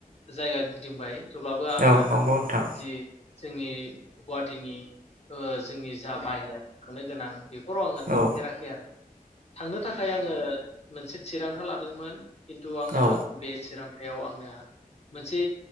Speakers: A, on the left (about 45°); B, on the right (about 65°).
A: जायगा गिदिंबाय। थेवब्लाबो आङो
B: औ नंगौ नोंथां
A: जि जोंनि गुवाहाटिनि ओ जोंनि जा बाहेर थांनो गोनां बे फोराव आङो थांफेराखै
B: औ
A: आरो। थांनो थाखाय आङो मोनसे थिरांथा लादोंमोन। थ आङो
B: औ
A: बे थिरां थायाव आंना मोनसे